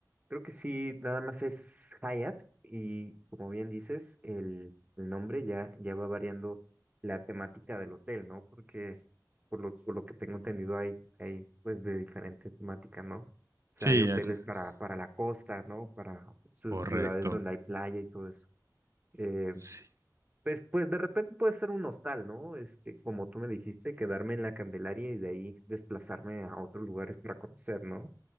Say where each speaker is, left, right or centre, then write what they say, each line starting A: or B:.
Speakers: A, on the right; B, on the right.
A: creo que sí, nada más es Hayat y como bien dices, el, el nombre ya, ya va variando la temática del hotel, ¿no? Porque por lo, por lo que tengo entendido hay, hay pues de diferente temática, ¿no? O sea,
B: Sí,
A: hay hoteles
B: eso
A: para,
B: es
A: para la costa, ¿no? Para sus
B: correcto.
A: ciudades donde hay playa y todo eso. Eh,
B: Sí.
A: pues, pues de repente puede ser un hostal, ¿no? Este, como tú me dijiste, quedarme en la Candelaria y de ahí desplazarme a otros lugares para conocer, ¿no?